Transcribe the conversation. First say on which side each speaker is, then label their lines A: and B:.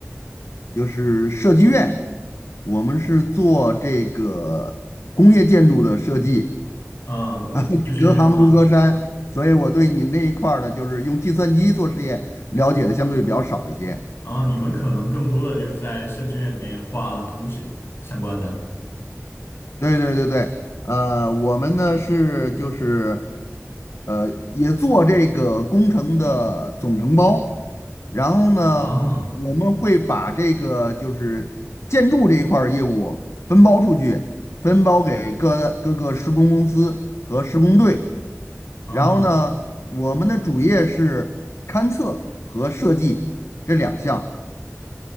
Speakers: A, on the left; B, on the left.
A: 就是设计院，我们是做这个工业建筑的设计
B: 啊，我就是啊，
A: 啊，<laughs> 隔行如隔山，所以我对你那一块儿的，就是用计算机做实验了解的相对比较少一些。
B: 啊，你们可能更多的就是在设计院里面画图纸相关的。
A: 对对对对，呃，我们呢是就是，呃，也做这个工程的总承包，然后呢，
B: 啊
A: 我们会把这个就是建筑这一块儿业务分包出去，分包给各各个施工公司和施工队，
B: 啊
A: 然后呢，我们的主业是勘测和设计这两项。